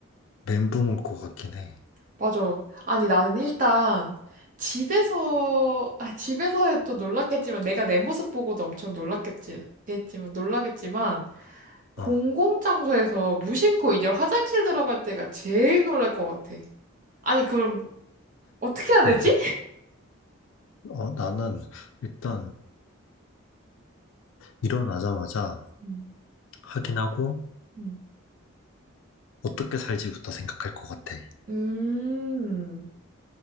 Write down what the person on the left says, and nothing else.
멘붕 올 것 같긴 해.
어,
어,
어, 나는 일단 일어나자마자
확인하고
어떻게 살지부터 생각할 것 같아.